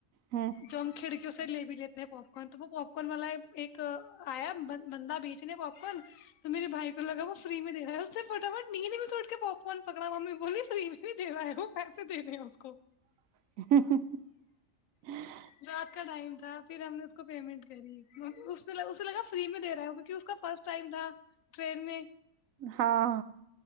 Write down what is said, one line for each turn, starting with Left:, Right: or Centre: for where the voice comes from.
Right: ہ
Left: جم کھڑ کی س لے بھی لیتے ہیں پاپ کارن تو وہ پاپ کارن والا ایک آیا بندہ بیچنے پاپ کارن تو میرے بھائی کو لگا وہ فری میں دے رہا ہے اس نے فٹافٹ نیندے میں توڑ کے پاپ فون پکڑا ممی بولیے فری میں دے رہا ہے وہ پیسے دنےے ہیں اس کو
Right: <inaudible>
Left: رات کا ٹائم تھا پھر ہم نے اس کو پیمنٹ کری اسے لگا فری میں دے رہا ہ کیکہ اس کا فرسٹ ٹائم تھا ٹرین میں
Right: ہاں